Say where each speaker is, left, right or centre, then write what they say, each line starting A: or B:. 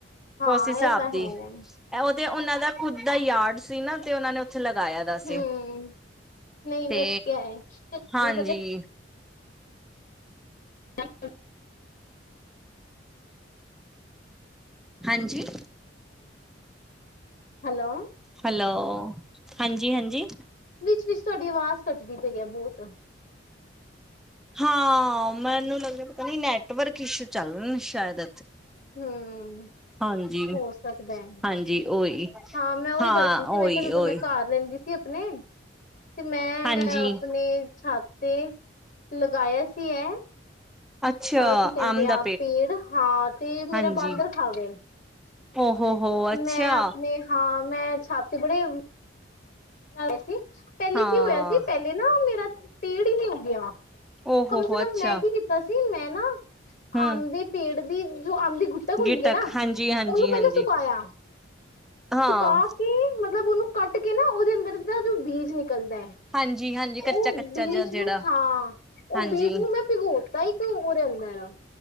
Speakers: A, on the left (about 50°); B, in the centre.
A: ਹਾਂ
B: ਉਸ ਹਿਸਾਬ
A: ਇਹ ਤਾਂ
B: ਦੀ
A: ਹੈ
B: ਏ ਉਹ। ਤੇ ਉਹਨਾਂ ਦਾ ਖੁੱਦ ਦਾ ਆਰਡ ਸੀ ਨਾ ਤੇ ਉਹਨਾਂ ਨੇ ਔਥੇ। 'ਚ ਲਗਾਇਆ ਦਾ ਸੀ
A: ਹੂੰ ਨਹੀਂ
B: ਤੇ
A: ਵਧੀਆ ਹੈ ਤੁਹਾਨੂੰ
B: ਹਾਂਜੀ।
A: ਪਤਾ ਆ ਅ।
B: ਹਾਂਜੀ।
A: ਹੈਲੋ।
B: ਹੈਲੋ ਹਾਂਜੀ ਹਾਂਜੀ।
A: ਵਿੱਚ-ਵਿਚ ਤੁਹਾਡੀ ਆਵਾਜ਼ ਕੱਟਦੀ ਪਈ ਅ ਬਹੁਤ।
B: ਹਾਂ ਮੈਨੂੰ ਲੱਗਦਾ ਅ ਪਤਾ ਨੀ ਨੈਟਵਰਕ ਇਸ਼ੂ ਚੱਲ ਰਹੇ ਨੇ ਸ਼ਾਇਦ।
A: ਹਮ।
B: ਹਾਂਜੀ
A: ਹੋ ਸਕਦਾ ਏ
B: ਹਾਂਜੀ ਉਹੀ
A: ਹਾਂ ਮੈਂ ਉਹੀ
B: ਹਾਂ
A: ਦੱਸਦੀ ਸੀ
B: ਉਹੀ
A: ਮੈਂ ਕਿਹਾ ਜਦੋਂ
B: ਉਹੀ
A: ਮੈਂ ਘਰ ਰਹਿੰਦੀ ਸੀ। ਨਹੀ ਤੇ ਮੈਂ
B: ਹਾਂਜੀ
A: ਆਪਣੇ ਛ। ਤੇ ਲਗਾਇਆ ਸੀ ਇਹ।
B: ਅੱਛਾ
A: ਅਹ ਕੀ ਕਹਿੰਦੇ
B: ਅੰਬ
A: ਆ
B: ਦਾ
A: ਪੇੜ <unintelligible> ਹਾਂ ਤੇ ਮੇਰਾ
B: ਹਾਂਜੀ
A: ਬਾਂਦਰ ਖਾਗੇ।
B: ਓ ਹੋ ਹੋ ਅੱਛਾ
A: ਮੈਂ ਆਪਣੇ ਹਾਂ ਮੈਂ ਛੱਤ ਬੜੇ। ਏ ਸੀ ਪਹਿਲੇ
B: ਹਾਂ
A: ਕੀ ਹੋਇਆ ਸੀ ਪਹਿਲੇ ਨਾ ਮੇਰਾ ਪੇੜ ਈ ਨੀ ਉਗਿਆ।
B: ਓ
A: ਕਮ
B: ਹੋ
A: ਸੇ
B: ਹੋ
A: ਕਮ
B: ਅੱਛਾ
A: ਮੈਂ ਕੀ ਕੀਤਾ ਸੀ ਮੈਂ ਨਾ
B: ਹੂੰ
A: ਆਮ ਦੇ ਪੇੜ ਦੀ। ਜੋ ਅੰਬ ਦੀ ਗੁੱਟਕ ਹੁੰਦੀ
B: ਗਿਟਕ
A: ਆ ਨਾ
B: ਹਾਂਜੀ ਹਾਂਜੀ
A: ਉਹਨੂੰ ਪਹਿਲੇ
B: ਹਾਂਜੀ
A: ਸੁਕਾਇਆ।
B: ਹਾਂ
A: ਸੁਕਾ ਕੇ ਮਤਲਬ ਉਹਨੂੰ ਕੱਟ ਕੇ ਨਾ ਉਹਦੇ ਅੰਦਰ ਦਾ ਜੋ ਬੀਜ ਨਿਕਲਦਾ ਹੈ।
B: ਹਾਂਜੀ ਹਾਂਜੀ
A: ਉਹ
B: ਕੱਚਾ ਕੱਚਾ
A: ਬੀਜ
B: ਜਿਹਾ
A: ਨੂੰ
B: ਜਿਹੜਾ
A: ਹਾਂ ਉਹ
B: ਹਾਂਜੀ
A: ਬੀਜ ਨੂੰ ਮੈਂ ਭਿਗੋਤਾ ਹੀ ਇੱਕ ਹੋ ਰਿਹਾ ਇਹ।